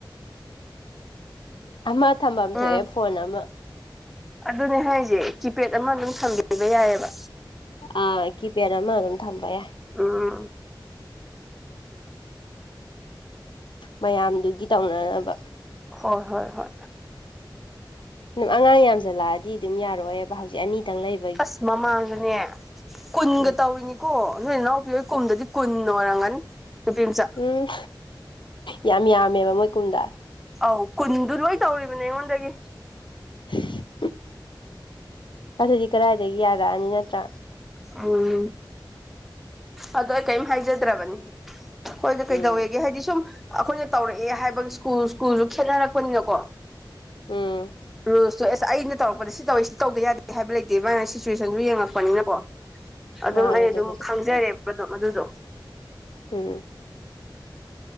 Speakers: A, on the left; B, in the centre.
A: ꯑꯃ ꯊꯝꯐꯝ
B: ꯎꯝ
A: ꯊꯣꯛꯑꯦ ꯐꯣꯟ ꯑꯃ
B: ꯑꯗꯨꯅꯦ ꯍꯥꯏꯁꯦ ꯀꯤꯄꯦꯗ ꯑꯃ ꯑꯗꯨꯝ ꯊꯝꯕꯤꯕ ꯌꯥꯏꯑꯦꯕ
A: ꯑꯥ ꯀꯤꯄꯦꯔ ꯑꯃ ꯑꯗꯨꯝ ꯊꯝꯕ ꯌꯥ
B: ꯎꯝ
A: ꯃꯌꯥꯝꯗꯨꯒꯤ ꯇꯧꯅꯅꯕ
B: ꯍꯣꯏ ꯍꯣꯏ ꯍꯣꯏ
A: ꯑꯗꯨꯝ ꯑꯉꯥꯡ ꯌꯥꯝꯁꯜꯂꯛꯑꯗꯤ ꯑꯗꯨꯝ ꯌꯥꯔꯣꯏꯕ ꯍꯧꯖꯤꯛ ꯑꯅꯤꯇꯪ ꯂꯩꯕ
B: ꯑꯁ ꯃꯃꯥꯡꯗꯅꯦ ꯀꯨꯟꯒ
A: ꯎꯝ
B: ꯇꯧꯔꯤꯅꯤ ꯀꯣ ꯅꯣꯏ ꯏꯅꯥꯎꯄꯤꯑꯣꯏ ꯀꯨꯝꯗꯗꯤ ꯀꯨꯟꯅ ꯑꯣꯏꯔꯝꯒꯅꯤ ꯅꯨꯄꯤ ꯃꯆꯥ
A: ꯎꯝ ꯌꯥꯝ ꯌꯥꯝꯃꯦꯕ ꯃꯣꯏ ꯀꯨꯝꯗ
B: ꯑꯧ ꯀꯨꯟꯗꯨ ꯂꯣꯏ ꯇꯧꯔꯤꯕꯅꯦ ꯑꯩꯉꯣꯟꯗꯒꯤ
A: <inaudible> ꯑꯗꯨꯗꯤ ꯀꯗꯥꯏꯗꯒꯤ ꯌꯥꯔꯛꯑꯅꯤ ꯅꯠꯇ꯭ꯔꯥ
B: ꯎꯝ ꯑꯗꯣ ꯑꯩ ꯀꯔꯤꯝ ꯍꯥꯏꯖꯗ꯭ꯔꯕꯅꯤ ꯍꯣꯏꯗ
A: ꯎꯝ
B: ꯀꯩꯗꯧꯋꯦꯒꯦ ꯍꯥꯏꯗꯤ ꯁꯨꯝ ꯑꯩꯈꯣꯏꯅ ꯇꯧꯔꯛꯑꯦ ꯍꯥꯏꯕꯒꯤ ꯁ꯭ꯀꯨꯜ ꯁ꯭ꯀꯨꯜꯁꯨ ꯈꯦꯠꯅꯔꯛꯄꯅꯤꯅꯀꯣ
A: ꯎꯝ
B: ꯔꯨꯁ ꯇꯣ ꯑꯦꯁ ꯑꯩꯅ ꯇꯧꯔꯛꯄꯗ ꯁꯤ ꯇꯧꯋ ꯁꯤ ꯇꯧꯗ ꯌꯥꯗꯦ ꯍꯥꯏꯕ ꯂꯩꯇꯦ ꯃꯅ ꯁꯤꯆꯨꯋꯦꯁꯟꯗꯨ ꯌꯦꯡꯉꯛꯄꯅꯤꯅꯀꯣ ꯑꯗꯨꯝ
A: ꯃꯥꯅꯦ
B: ꯑꯩ ꯑꯗꯨꯝ
A: ꯑꯗꯨꯕꯨꯗꯤ
B: ꯈꯪꯖꯔꯦꯕ ꯑꯗꯨꯝ ꯑꯗꯨꯗꯣ
A: ꯎꯝ